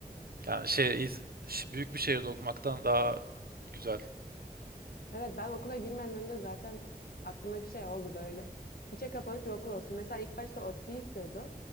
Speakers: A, on the right; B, on the left.
A: yani şey iz- ş- büyük bir şehirde okumaktan daha güzel.
B: Evet ben okula girmeden önce zaten aklımdaki şey oldu böyle. İçe kapanık bir okul olsun. Mesela ilk başta ODTÜ'yü istiyordum.